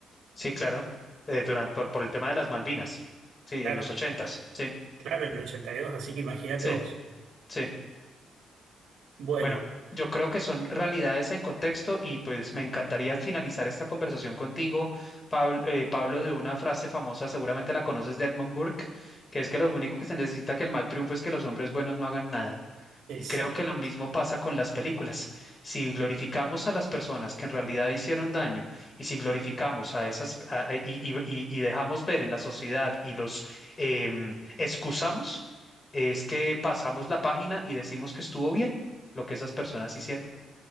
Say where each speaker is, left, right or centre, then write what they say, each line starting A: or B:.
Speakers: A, on the left; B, on the right.
A: Sí, claro, eh, duran- por, por el tema de las Malvinas, sí,
B: claro,
A: en los ochentas, sí,
B: claro, en el 82, así que imagínate
A: sí,
B: vos.
A: sí.
B: Bueno,
A: Bueno, yo creo que son realidades en contexto y pues me encantaría finalizar esta conversación contigo, Pablo, eh, Pablo, de una frase famosa, seguramente la conoces de Edmund Burke, que es que lo único que se necesita que el mal triunfe es que los hombres buenos no hagan nada.
B: exactamente.
A: Y creo que lo mismo pasa con las películas. Si glorificamos a las personas que en realidad hicieron daño y si glorificamos a esas a- a- y, y- y- y dejamos ver en la sociedad y los em, excusamos, es que pasamos la página y decimos que estuvo bien lo que esas personas hicieron.